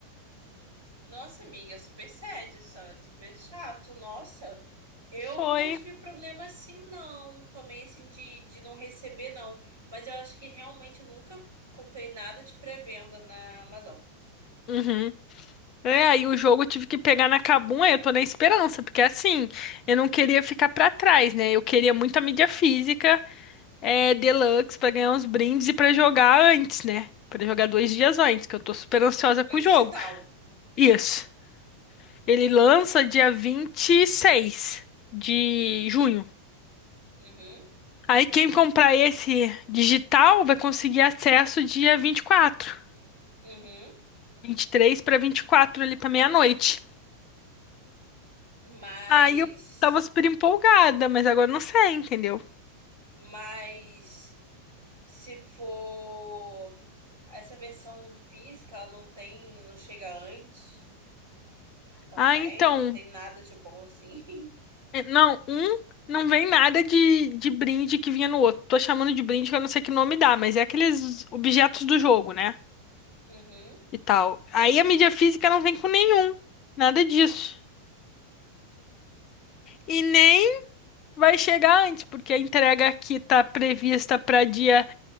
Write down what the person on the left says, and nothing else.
Foi.
Uhum. É, aí o jogo eu tive que pegar na Kabum, aí eu tô na esperança, porque assim, eu não queria ficar pra trás, né? Eu queria muita mídia física, é, Deluxe pra ganhar uns brindes e pra jogar antes, né? Pra jogar dois dias antes, que eu tô super ansiosa com
o jogo. Isso.
Ele lança dia 26 de junho.
Aí quem comprar esse digital vai conseguir acesso dia vinte vinte e e quatro
vinte e três para 24 ali para meia-noite.
Aí eu tava super empolgada, mas agora não sei, entendeu?
Ah, então,
É, Não, um não vem nada de, de brinde que vinha no outro. Tô chamando de brinde que eu não sei que nome dá, mas é aqueles objetos do jogo, né?
E tal. Aí a mídia física não vem com nenhum, nada disso. E nem vai chegar antes, porque a entrega aqui tá prevista para dia